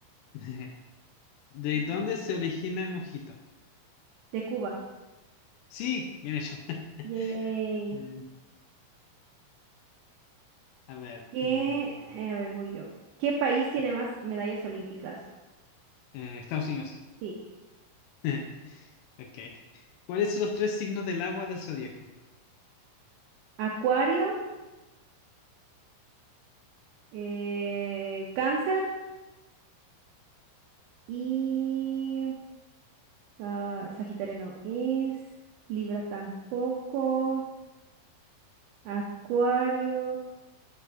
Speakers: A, on the left; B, on the right.
A: <laughs> ¿De
B: eh,
A: dónde se origina el mojito?
B: de Cuba.
A: Sí, bien hecho. <laughs>
B: Yay.
A: Mm, a ver.
B: ¿Qué?
A: mm,
B: eh, a ver, voy yo. ¿Qué país tiene
A: sí.
B: más medallas olímpicas?
A: Eh, Estados Unidos.
B: Sí.
A: <laughs> Ok. ¿Cuáles son los tres signos del agua del zodiaco?
B: Acuario, eh, Cáncer y Ah, Sagitario no es, Libra tampoco, Acuario